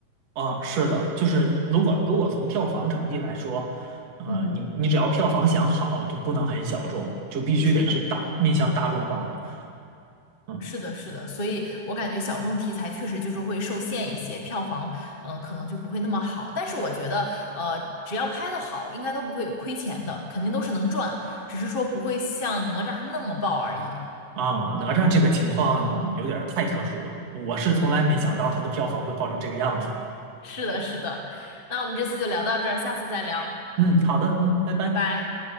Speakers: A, on the right; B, on the left.
A: 啊，是的，就是如果如果从票房成绩来说，呃，
B: 嗯，
A: 你你只要票房想好，就不能很小众，就必须得是大面向大众化的。
B: 是的。
A: 嗯
B: 是的，是的，所以我感觉小众题材确实就是会受限一些，票房嗯、呃可能就不会那么好。但是我觉得，呃，只要拍得好，应该都不会亏钱的，肯定都是能赚，只是说不会像哪吒那么爆而已。
A: 啊，哪吒这个情况有点儿太特殊了，我是从来没想到它的票房会爆成这个样子。
B: 对对对，是的，是的。那我们这次就聊到这儿，下次再聊，
A: 嗯，好的，嗯，拜拜。
B: 拜拜。